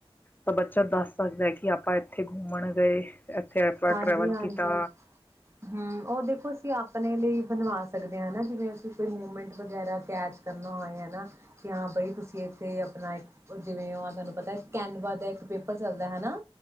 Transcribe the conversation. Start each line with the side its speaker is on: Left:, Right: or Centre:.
Left: ਤਾਂ ਬੱਚਾ ਦੱਸ ਸਕਦਾ ਹੈ ਕਿ ਆਪਾਂ ਇੱਥੇ ਘੁੰਮਣ ਗਏ ਇੱਥੇ ਆਪਾਂ
Right: ਹਾਂਜੀ-ਹਾਂਜੀ
Left: ਟਰੈਵਲ ਕੀਤਾ
Right: ਹਮ ਉਹ ਦੇਖੋ ਅਸੀਂ ਆਪਣੇ ਲਈ ਬਣਵਾ ਸਕਦੇ ਹਨਾ ਜਿਵੇਂ ਅਸੀਂ ਕੋਈ ਮੂਵਮੈਂਟ ਵਗੈਰਾ ਕੈਚ ਕਰਨਾ ਹੋਏ ਹਨਾ ਕਿ ਹਾਂ ਬਈ ਤੁਸੀਂ ਇੱਥੇ ਆਪਣਾ ਇੱਕ ਜਿਵੇਂ ਉਹ ਤੁਹਾਨੂੰ ਪਤਾ ਕੈਨਵਾ ਦਾ ਇੱਕ ਪੇਪਰ ਚੱਲਦਾ ਹਨਾ